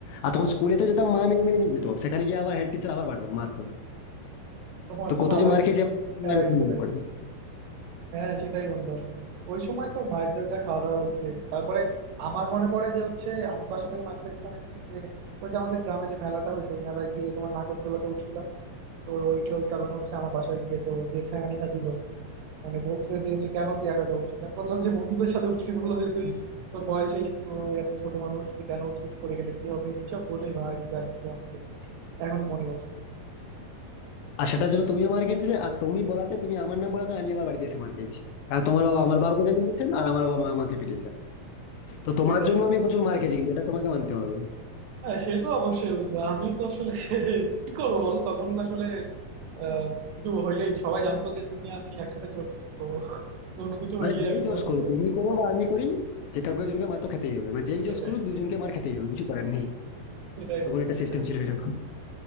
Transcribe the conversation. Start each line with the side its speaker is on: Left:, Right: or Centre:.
Left: আর তখন স্কুলে তো যেতাম মা মেরে মেরে নিয়ে যেত সেখানে গিয়ে আবার হেড টিচার আবার মারতাম মারতো
Right: তোমার
Left: তো
Right: তো
Left: কত
Right: ভালোই
Left: যে মার খেয়েছি আমার
Right: প্যারা
Left: এখন
Right: গেছে
Left: মনে
Right: তাইলে
Left: পড়ে
Right: হ্যাঁ হ্যাঁ, সেটাই বন্ধু আসলে ওই সময় তো মায়ের যা খাওয়া দাওয়া হয়েছে তারপরে আমার মনে পড়ে যে হচ্ছে আমি বাসা থেকে মাঠ পাইছিলাম একদিন যে ওই যে আমাদের গ্রামে যে মেলাটা হইতো ওই মেলায় গিয়ে তোমার নাগরদোলাতে উঠছিলাম তো ওই ওই কারণে হচ্ছে আমার বাসায় গিয়ে তো যে ঠেঙানিটা দিল মানে বলছে যে হচ্ছে কেন তুই একা একা উঠছিলাম বললো যে বন্ধুদের সাথে উঠছি বললো যে তুই
Left: হম
Right: তোর বয়সেই তো এত ছোট মানুষ তুই কেন উঠছিস পড়ে গেলে কি হবে এইসব বলে ভাই যা দিল আমার এখনো মনে পড়ছে
Left: আর সেটার জন্য তুমিও মার খেয়েছিলে আর তুমি বলাতে তুমি আমার নাম বলাতে আমি আবার বাড়িতে এসে মার খেয়েছি কারণ তোমার বাবা আমার বাবাকে জানিয়ে দিচ্ছেন আর আমার বাবা মা আমাকে পিটিয়েছে তো তোমার
Right: সেটাই
Left: জন্য
Right: বন্ধু।
Left: আমি প্রচুর মার খেয়েছি কিন্তু এটা তোমাকে মানতে হবে
Right: হ্যাঁ সে তো অবশ্যই বন্ধু আমি তো আসলে কি করবো বলো তখন আসলে আহ, কিছু হইলেই সবাই জানতো যে তুমি আমি একসাথে চলি তো কোনো কিছু
Left: মানে
Right: হইলেই
Left: যেই
Right: আমি তোমার
Left: দোষ
Right: না
Left: করি
Right: বলতাম
Left: তুমি করো বা আমি করি যে কাউকে একজনকে মার তো খেতেই হবে মানে যেই
Right: সেটাই
Left: দোষ করি দুজনকে মার খেতেই হবে কিছু করার নেই
Right: সেটাই
Left: তখন
Right: বন্ধু
Left: একটা
Right: সেটাই
Left: সিস্টেম ছিল এরকম